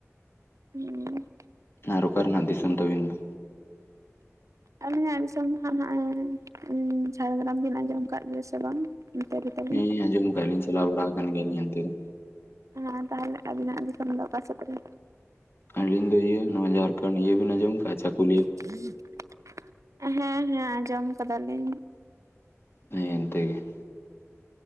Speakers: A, on the right; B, on the left.
A: ᱦᱩᱸ
B: ᱟᱨ ᱚᱠᱟ ᱨᱮᱱᱟᱜ ᱫᱤᱥᱚᱢ ᱛᱟᱵᱮᱱ ᱾
A: ᱟᱹᱞᱤᱧᱟᱜ ᱫᱤᱥᱚᱢ ᱫᱚ ᱦᱟᱸᱜ ᱱᱟᱜ ᱮᱸ ᱡᱷᱟᱲᱜᱨᱟᱢ ᱵᱤᱱ ᱟᱸᱡᱚᱢ ᱟᱠᱟᱜ ᱜᱮᱭᱟ ᱥᱮ ᱵᱟᱝ ᱾ <unintelligible>
B: ᱦᱮᱸ ᱟᱸᱡᱚᱢ ᱠᱟᱜ ᱞᱤᱧ ᱪᱟᱞᱟᱣ ᱵᱟᱲᱟᱣ ᱠᱟᱱ ᱜᱮᱭᱟ ᱞᱤᱧ ᱚᱱᱛᱮ ᱾
A: ᱦᱮᱸ ᱛᱟᱦᱚᱞᱮ ᱟᱵᱤᱱᱟᱜ ᱫᱤᱥᱚᱢ ᱫᱚ ᱚᱠᱟ ᱥᱮᱫ ᱨᱮ?
B: ᱟᱹᱞᱤᱧ ᱫᱚ ᱤᱭᱟᱹ ᱱᱚᱣᱟ ᱡᱷᱟᱲᱠᱷᱚᱱᱰ ᱤᱭᱟᱹ ᱵᱤᱱ ᱟᱸᱡᱚᱢ ᱠᱟᱜ ᱪᱟᱹᱠᱩᱨᱤᱭᱟᱹ ᱾
A: <inaudible> ᱦᱮᱸ ᱦᱮᱸ ᱟᱸᱡᱚᱢ ᱠᱟᱫᱟ ᱞᱤᱧ ᱾
B: ᱦᱮᱸ ᱮᱱᱛᱮ ᱜᱮ ᱾